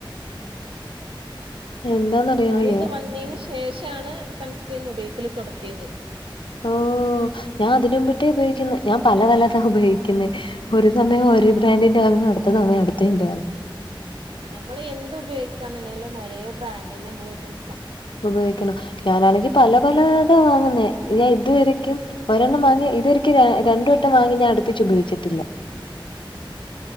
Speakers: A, on the right (about 75°); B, on the left (about 65°).
A: ആഹ്
B: എന്താന്നറിയാൻ
A: ഞാനിത്
B: വയ്യ
A: വന്നീ ശേഷാണ് സൺസ്ക്രീം ഉപയോഗിക്കല് തൊടത്തിയത്
B: ഓഹ് ഞാൻ അതിനുമ്പട്ടേ ഉപയോഗിക്കുന്ന ഞാൻ പല പലതാ ഉപയോഗിക്കുന്നെ ഒരു സമയം
A: ആഹ്
B: ഒരു ബ്രാൻഡിന്റെ വാങ്ങു. അടുത്ത സമയ അടുത്തേന്റെ വാങ്ങു
A: നമ്മള് എന്ത് ഉപയോഗിക്കാന്നുണ്ടെങ്കിലും ഒരേ ബ്രാൻഡന്നെ നമ്മൾ ഉപയോ
B: ഉപയോഗിക്കണം ഞാനാണെങ്കി പല പല ഇതാ വാങ്ങുന്നേ ഞാൻ ഇതുവരെ ഒരെണ്ണം വാങ്ങിയ ഇതൊരിക്കെ രണ്ട് വട്ടം വാങ്ങി ഞാൻ അടുപ്പിച്ച് ഉപയോഗിച്ചിട്ടില്ല
A: ആഹ് ആഹ്